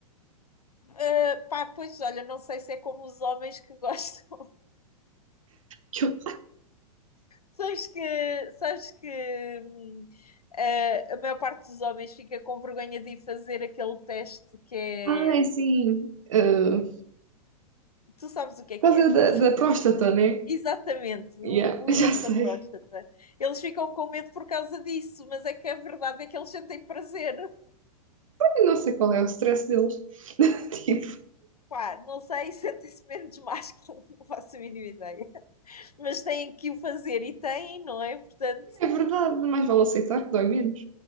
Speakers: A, on the left; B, on the right.
A: Ah, pá, pois olha, não sei se é como os homens que gostam.
B: Que eu-
A: Sabes que, sabes que hum, a, a maior parte dos homens fica com vergonha de ir fazer aquele teste que é.
B: Ai, sim. ah,
A: Tu sabes o que é
B: por
A: que
B: causa
A: é, pronto.
B: da, da próstata,
A: <laughs>
B: né?
A: Exatamente, o,
B: Yeah, <laughs>
A: o
B: já
A: exame
B: sei.
A: da próstata. Eles ficam com medo por causa disso, mas é que a verdade é que eles sentem prazer.
B: Eu não sei qual é o stress deles. <laughs> Tipo,
A: Pá, não sei, <laughs> sentem-se menos másculos, não faço a mínima ideia. Mas têm que o fazer e têm, não é? Portanto,
B: é verdade, mais vale aceitar que dói menos.